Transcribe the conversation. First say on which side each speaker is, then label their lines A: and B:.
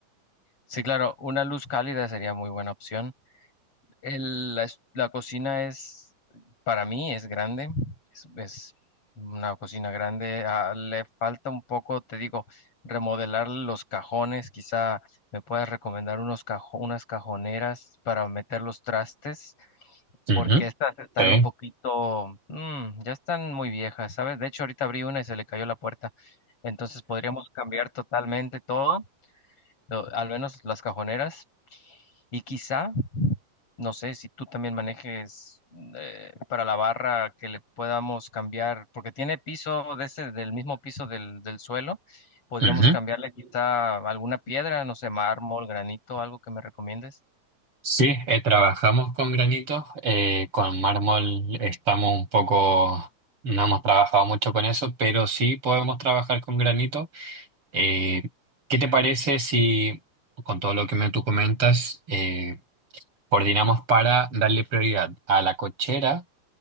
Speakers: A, on the left (about 40°); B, on the right (about 40°).
A: Sí, claro, una luz cálida sería muy buena opción. El- la, es- la cocina es, para mí, es grande. Es, es una cocina grande. Ah, le falta un poco, te digo, remodelar los cajones. Quizá me puedas recomendar unos cajo- unas cajoneras para meter los trastes, porque
B: Ujú,
A: estas están
B: Sí,
A: un poquito, mm, ya están muy viejas, ¿sabes? De hecho, ahorita abrí una y se le cayó la puerta. Entonces podríamos cambiar totalmente todo, lo- al menos las cajoneras. Y quizá no sé si tú también manejes mm, eh, para la barra que le podamos cambiar, porque tiene piso de ese, del mismo piso del, del suelo. Podríamos
B: ujú.
A: cambiarle quizá alguna piedra, no sé, mármol, granito, algo que me recomiendes.
B: Sí, eh, trabajamos con granitos, eh, con mármol estamos un poco, no hemos trabajado mucho con eso, pero sí podemos trabajar con granito. Eh, ¿qué te parece si, con todo lo que me tú comentas, eh, Coordinamos para darle prioridad a la cochera,